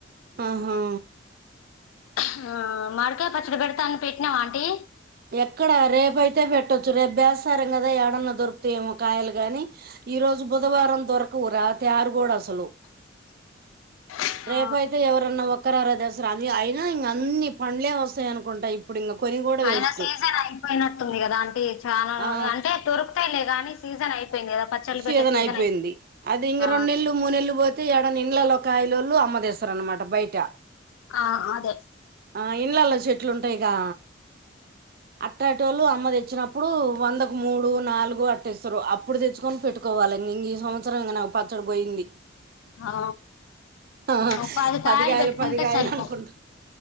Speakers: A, on the right (about 50°); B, on the left (about 85°).
A: ఆహా
B: ఆహ్హ్ మార్కాయ పచ్చడి పెడతాని పెట్టినవ ఆంటీ
A: ఎక్కడ రేపయితే పెట్టొచ్చు రేపు బేసారం కదా ఏడన్నా దొరుకుతాయేమో కాయలు గాని ఈ రోజు బుధవారం దొరకవు రా తారుగూడ అసలు
B: <inaudible> ఆ
A: రేపయితే ఎవరన్నా ఒక్కరార దెస్ అసలు అది అయినా ఇంక అన్ని పండ్లే వస్తాయి అనుకుంటా ఇప్పుడు ఇంక కొని కూడా
B: అయినా
A: వేస్
B: సీజన్ అయిపోయినట్టుంది కదా ఆంటీ చాలా
A: ఆ
B: అంటే దొరుకుతాలే కాగానీ సీజన్ అయి అయిపోయింది కదా పచ్చళ్ళు
A: సేసన్
B: పెట్టే సీజన్
A: అయిపోయింది అది ఇంక
B: ఆ
A: రెండు నెలలు మూడు నెలు పోతే ఏడ ఇండ్లల కాయలోళ్ళు అమ్మదేసరనమాట బయట
B: ఆ అదే
A: ఆ ఇండ్లల చెట్లు ఉంటాయిగా అట్టటోళ్లు అమ్ మ తెచ్చినప్పుడు వందకు మూడు నాలుగు అట్ట ఇస్తారు అప్పుడు తెచ్చుకొని పెట్టుకోవాలి ఇం ఇంగ ఈ సంవసరం ఇక నాకు పచ్చడి పోయింది
B: ఆ
A: ఆ
B: ఒక పది కాయలు
A: పదిగాయలు
B: పెట్టుకుంటే
A: పదిగాయలు
B: సరిపో
A: అనుకుంటా